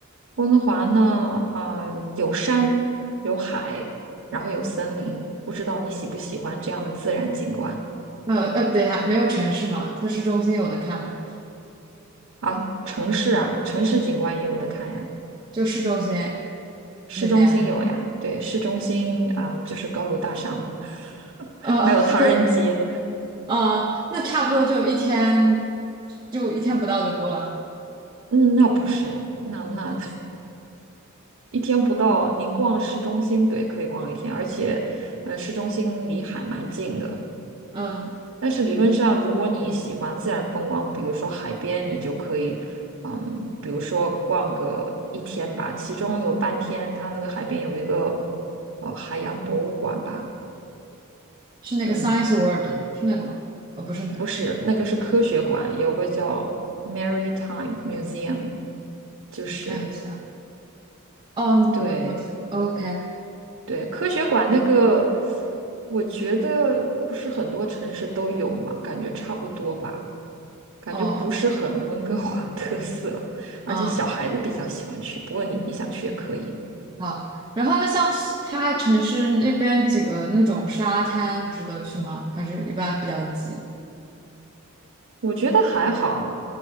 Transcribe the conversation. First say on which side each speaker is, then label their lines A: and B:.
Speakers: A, on the right; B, on the right.
A: 温哥华呢，嗯，有山有海，然后有森林，不知道你喜不喜欢这样的自然景观
B: 呃呃，不对呀，没有城市嘛，它市中心有的看嘛，
A: 啊？城市啊，城市景观也有的看呀，
B: 就市中心
A: 市中心有呀，
B: 那边，
A: 对，市中心啊，嗯就是高楼大厦嘛，<laughs>
B: 呃，
A: 还有唐人街，
B: 有，啊，那差不多就一天，就一天不到就够了。
A: 嗯，那不是，那那。一天不到，你逛市中心，对，可以逛一天，而且，呃，市中心离海蛮近的。
B: 嗯，
A: 但是理论上，如果你喜欢自然风光，比如说海边，你就可以，嗯，比如说逛个一天吧，其中有半天，它那个海边有一个，呃，海洋博物馆吧，
B: 是那个
A: 嗯，
B: Science World 吗？是那个吗？呃、不是那个，
A: 不是，那个是科学馆，有个叫 Maritime Museum，就是。
B: 我看一下。哦，
A: 对，
B: 没没，OK。
A: 对，科学馆那个，我觉得不是很多城市都有嘛，感觉差不多吧，感觉不是很温哥华
B: 哦，
A: <laughs> 特色，而且小孩子比较喜欢去。
B: 啊，
A: 不过你你想去也可以，
B: 好。然后那像它城市那边几个那种沙滩值得去吗？还是一般比较挤？
A: 我觉得还好，